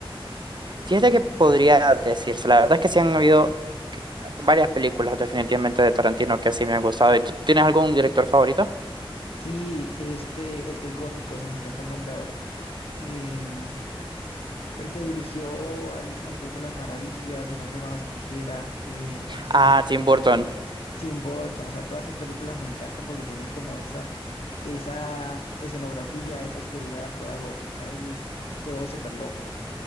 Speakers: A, on the right (about 50°); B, on the left (about 85°).
A: Fíjate que podría decirse. La verdad es que sí han habido que- varias películas, definitivamente, de Tarantino que sí me han gustado. ¿Y tú tienes algún director favorito?
B: Sí, este, el que es gótico, se me escapa el nombre ahora. Eh, el que dirigió Alicia en el País de las Maravillas, El Hombre de Manos de Tijera, eh, ay, se
A: Ah,
B: me escapa
A: Tim
B: el
A: Burton.
B: nombre ahora. Tim Burton, o sea, todas sus películas me encantan porque tienen como esa, esa escenografía, esa oscuridad toda gótica y es todo súper loco.